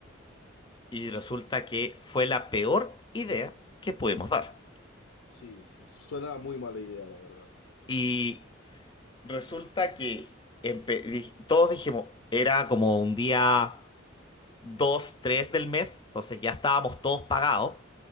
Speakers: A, on the left; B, on the left.
A: Y resulta que fue la peor idea que pudimos dar.
B: Sí, sí, suena muy mala idea, la verdad.
A: Y resulta que empe- dij- todos dijimos, era como un día 2 3 del mes, entonces ya estábamos todos pagados.